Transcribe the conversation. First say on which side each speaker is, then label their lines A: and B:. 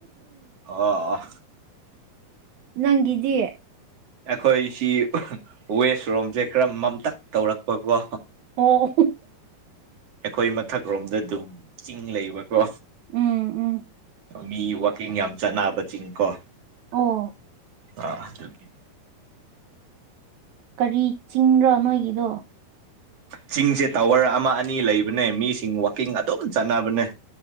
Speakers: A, on the right; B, on the right.
A: ꯑꯣ
B: ꯅꯪꯒꯤꯗꯤꯌꯦꯦ
A: ꯑꯩꯈꯣꯏꯁꯤ ꯋꯦꯁ ꯔꯣꯝꯁꯦ ꯈꯔ ꯃꯝꯇꯛ ꯇꯧꯔꯛꯄꯀꯣ
B: ꯑꯣ
A: ꯑꯩꯈꯣꯏ ꯃꯊꯛꯔꯣꯝꯗ ꯑꯗꯨꯝ ꯆꯤꯡ ꯂꯩꯕꯀꯣ
B: ꯎꯝ ꯎꯝ
A: ꯃꯤ ꯆꯤꯡ ꯌꯥꯝ ꯆꯠꯅꯕ ꯆꯤꯡ ꯀꯣ
B: ꯑꯣ
A: ꯑꯥ ꯑꯗꯨꯒꯤ
B: ꯀꯔꯤ ꯆꯤꯡꯕꯣ ꯅꯣꯏꯒꯤꯗꯣ
A: ꯆꯤꯡꯁꯦ ꯇꯥꯋꯔ ꯑꯃ ꯑꯅꯤ ꯂꯩꯕꯅꯦ ꯃꯤꯁꯤꯡ ꯋꯥꯛꯀꯤꯡ ꯑꯗꯨꯝ ꯆꯠꯅꯕꯅꯦ